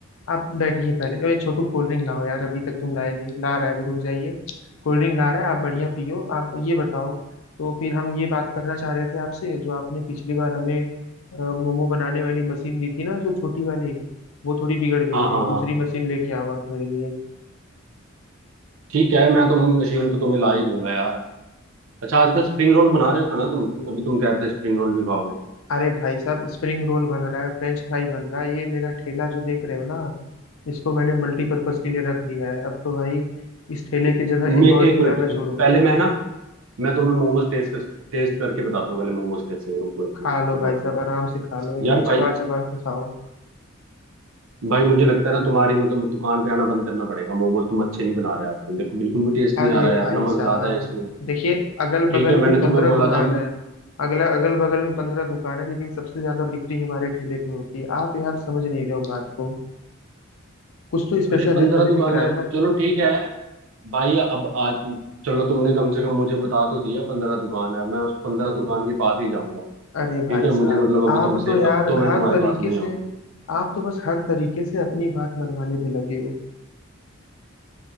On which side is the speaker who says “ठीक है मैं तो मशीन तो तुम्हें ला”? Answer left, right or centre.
Right